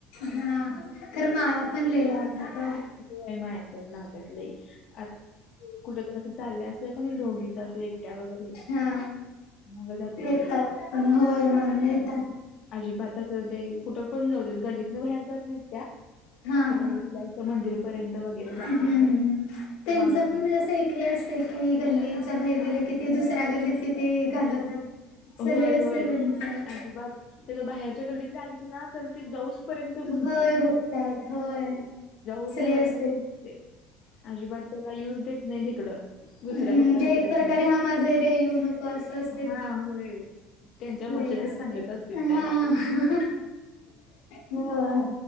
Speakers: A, on the left; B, on the left.
A: हा खर माया पण लयी लावत्यात हो.
B: होय माया पण लावत्यात लयी आता कुढ पण अस चालले अस त्या पण ए दोघीच असं एकट्या वगैरे.
A: हा
B: माग जातय
A: येतात
B: ते
A: पण होय मागन येतात.
B: अजिबात असं ते कुठं पण जाऊ देत, गल्लीतन बाहेर जात नाहीत त्या
A: हा
B: खर
A: हा
B: इतल्या इ. त मंदिर पर्यंत वगैरे जातात
A: हम्म
B: त्या. त्या
A: त्यांचं
B: माग माग
A: पण म्हणजे
B: जातात
A: असं एक हे असतय की गल्लीच्या बाहेर गेल की ती दुसऱ्या गल्लीतली ते घालवतात. असं
B: होय,
A: लय
B: होय
A: असतय त्यांचं
B: आजीबात ते ज बाहेरच्या गतलीतले आलित ना तर ते जाऊस पर्यंत भुंकतंय
A: होय
B: त्याला,
A: हुकतात होय असं
B: जाऊस
A: लय
B: पर्यंत
A: असतय
B: भुकते. अजिबात त्याला युज देत नाही तिकडं. दुसऱ्या
A: ह म्हणजे
B: कुठल्या कुत्र्यासनी
A: एक प्रकारे हा माझा एरिया येऊ नको असंस.
B: हा होय त्यांच्या
A: लयी
B: भाषेतच
A: आसतय
B: सांगत असतील
A: हा.
B: त्यांना.
A: हो!